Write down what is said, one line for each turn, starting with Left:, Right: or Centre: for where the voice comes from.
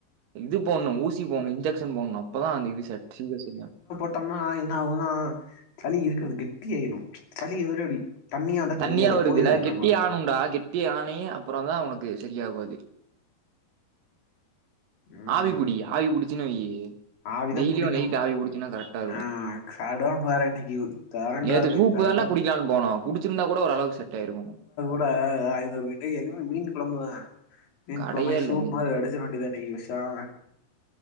Right: இது போட்ணு ஊசி போட்ணு இன்ஜெக்க்ஷன் போட்ணு அப்பதா அந்த இது செட் சீக்ர செரியா
Left: த்தமா என்ன ஆகுனா சளி இருக்கறது கெட்டி ஆயிரு சளி எதுக்கு அப்டி இருந்தா
Right: தண்ணியா
Left: தெரியாது
Right: வருதுல
Left: போயிரு
Right: கெட்டி
Left: நம்ம
Right: ஆணும்டா கெட்டி ஆணே அப்பறந்தா ஒனக்கு செரியாகு அது
Left: ம்
Right: ஆவிபுடி ஆவி புடிச்சினா வையி
Left: ஆவிதா
Right: டெய்லியு
Left: புடிக்கணு
Right: நைட்டு ஆவி புடிச்சினா கரெக்டா இருக்கு
Left: ஆ கடன் வேற இன்னைக்கு கரண்ட்
Right: நேத்து
Left: வேற போய்
Right: சூப்புதான்டா
Left: கடும்
Right: குடிக் கலான் போனோ குடிச்சிருந்தா கூட ஓரளவுக்கு செட் ஆயிருக்கு ஒனக்கு
Left: ம்ப ஆய்ந்துருக்கு இன்னைக்கு எங்க வீட் மீன் கொழம்புதா மீன்
Right: கடையே
Left: கொழம்பு வாங்கி
Right: இல்ல
Left: சூப்
Right: எங்கயும்.
Left: மாரி அடிச்சுர வேண்டிதா இன்னக்கி பெசாம